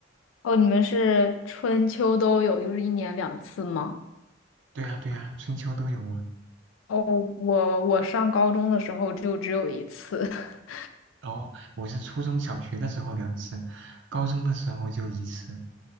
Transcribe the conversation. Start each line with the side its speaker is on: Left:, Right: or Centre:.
Left: 哦，你们是春秋都有，就是一年两次吗？
Right: 对啊对啊，春秋都有啊。
Left: 哦，我我上高中的时候就只有一次 <laughs>
Right: 然后我是初中小学的时候两次，高中的时候就一次。